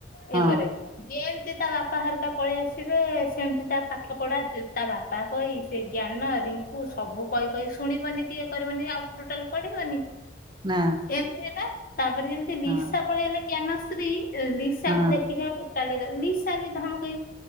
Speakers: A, on the right (about 25°); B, on the left (about 50°).
A: ହଁ
B: ଇଏ କରେ ଯେମତି ତା ବାପା ହରକା ପଳେଇ ଆସିବେ ସେମିତି ତା ପାଠ ପଢା ତା ବାପା କହି ସେ ଜ୍ଞାନ ରିଙ୍କୁ ସବୁ କହି କହି ଶୁଣିବନି କି ଇଏ କରିବନି ଆଉ ଟୋଟାଲ ପଢେଇିବନି
A: ନା
B: ଏମିତି ହେଲା ତାପରେ ଯେମିତି ଲିସା
A: ହଁ
B: ପଳେଇଲେ ଜ୍ଞାନଶ୍ରୀ ଲିସାକୁ
A: ହଁ
B: ଦେଖିକି ତା ଲିସା ବି ଧମକେଇ